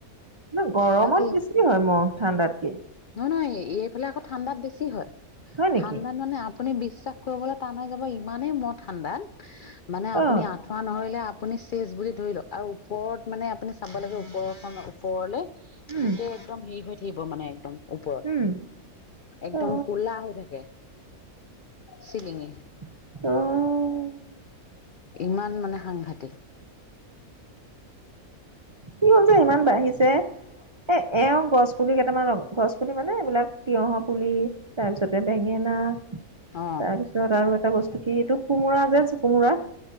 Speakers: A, on the right; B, on the left.
A: নহয় গৰমত
B: বাকী
A: বেছি হয় ম'হ ঠাণ্ডাতকে।
B: নহয় নহয় এইফালে আকৌ ঠাণ্ডাত বেছি হয়,
A: হয় নেকি
B: ঠাণ্ডাত মানে আপুনি বিশ্বাস কৰিবলৈ টান হৈ যাব ইমানেই ম'হ ঠাণ্ডাত, মানে আপুনি
A: অ
B: আঠুৱা নহৰিলে আপুনি চেচ বুলি ধৰি লওক আৰু ওপৰত মানে আপুনি চাব লাগে ওপৰৰ খন ওপৰলৈ।
A: উম
B: গোটেই একদম হেৰি হৈ থাকিব মানে একদম। ওপৰত
A: উম
B: একদম
A: অ
B: ক'লা হৈ থাকে চিলিঙি।
A: উম।
B: ইমান মানে সাংঘাতিক।
A: কিয় যে ইমান বাঢ়িছে। এ এওঁ গছ পুলি কেইটামান গছ পুলি মানে এইবিলাক তিয়হৰ পুলি। তাৰপিছতে বেঙেনা।
B: অ
A: তাৰপিছত আৰু এটা বস্তু কি এইটো কোমোৰা যে কোমোৰা।